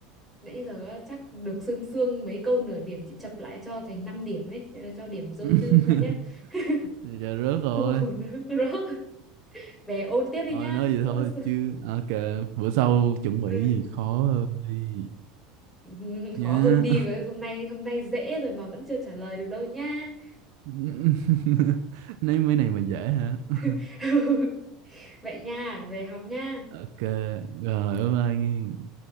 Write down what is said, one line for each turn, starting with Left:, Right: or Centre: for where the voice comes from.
Centre: Nãy giờ á, chắc được sương sương mấy câu nửa điểm chị chập lại cho thành 5 điểm ấy, cho cho điểm dôi
Right: <laughs>
Centre: dư ra nhá. <laughs>
Right: Nãy giờ rớt rồi
Centre: Không ổn nữa. Rớt. Về ôn tiếp đi
Right: thôi
Centre: nhá.
Right: nói gì
Centre: Bữa
Right: thôi
Centre: sau-
Right: chứ ok bữa sau chuẩn bị
Centre: ừ.
Right: gì
Centre: <laughs>
Right: khó hơn đi
Centre: Ừ,
Right: nhá
Centre: Khó hơn đi với hôm nay hôm nay dễ rồi mà vẫn chưa trả lời được đâu nha.
Right: <laughs> Nói mấy này mà dễ hả <laughs>
Centre: <laughs> Vậy nha, về học nha.
Right: ok rồi bye bye nghe